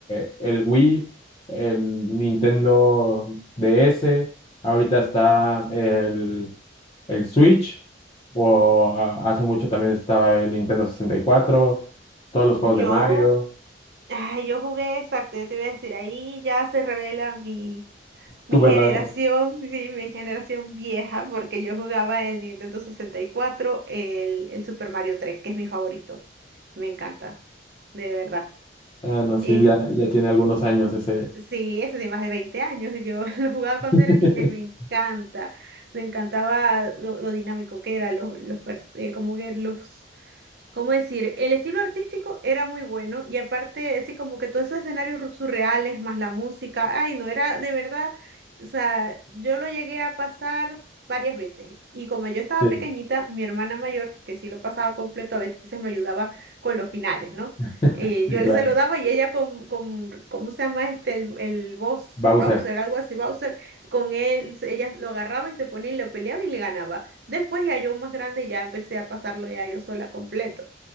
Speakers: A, on the left; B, on the right.
A: eh, el Wii, el Nintendo DS, ahorita está el, el Switch, o a- hace mucho también estaba el Nintendo sesenta y cuatro todos los juegos
B: Yo,
A: de Mario.
B: ay, yo jugué, exacto, yo te iba a decir, ahí ya se revela mi Mi
A: Tu verdadero.
B: generación, sí, mi generación vieja, porque yo jugaba el Nintendo 64, el, el Super Mario tres que es mi favorito. Me encanta, de verdad.
A: Ah, no, sí,
B: Es,
A: ya, ya tiene algunos años ese.
B: sí, eso de más de 20 años. Yo <laughs> lo jugaba
A: <laughs>
B: cuando era niña y me encanta. Me encantaba lo, lo dinámico que era, los, los, pers- eh, como que los, ¿Cómo decir? El estilo artístico era muy bueno y aparte, ese como que todos esos escenarios ru- surreales, más la música, ay, no, era de verdad, o sea, yo lo llegué a pasar varias veces y como yo estaba
A: Sí,
B: pequeñita, mi hermana mayor, que sí lo pasaba completo, a veces me ayudaba con los finales, ¿no?
A: <laughs>
B: Eh,
A: sí,
B: yo
A: claro.
B: le saludaba y ella con, con, ¿cómo se llama este? El, el boss,
A: Bowser.
B: browser, algo así, browser, con él, ella lo agarraba y se ponía y lo peleaba y le ganaba. Después ya yo más grande ya empecé a pasarlo ya yo sola completo.